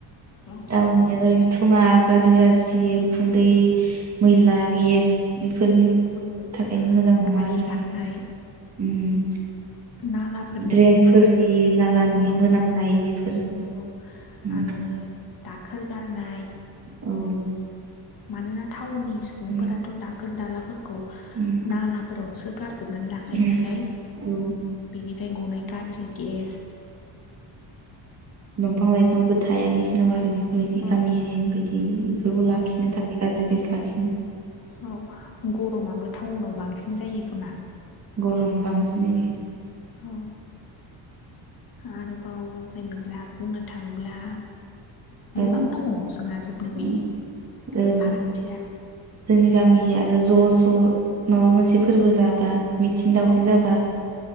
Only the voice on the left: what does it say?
औ
औ
गारि
खारनाय
नालाफोरनि
औ
औ
आरो। दाखोर गारनाय।
मानोना टाउननि सुबुंफोराथ'
दाखोर दाला फोरखौ
नालाफोरावसो गारजोबनानै लाखायो
नालाय
बेनि ओमफ्राय गनाय गाज्रि गेस
औ
औ
औ गरमाबो टाउनाव बांसिन जायो खोमा।
औ। आरोबाव जेनेब्ला बुंनो थाङोब्ला
गोबां दङ जोंहा हाबनो गैयि
फारागथिया।
औ
औ